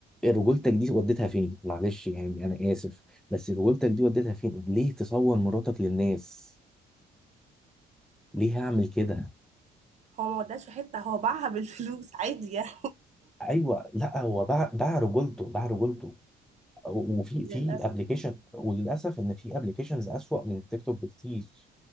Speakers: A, in the centre; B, on the right.
A: رجولتك دي وديتها فين معلش يعني انا اسف بس رجولتك دي وديتها فين ليه تصور مراتك للناس ليه هعمل كده
B: هو ما وداش في حته هو باعها بالفلوس عادي يعني
A: ايوه لا هو باع باع رجولته باع رجولته وفي
B: <laughs> للاسف
A: في ابلكيشن وللاسف ان في ابلكيشنز اسوأ من التيك توك بكتير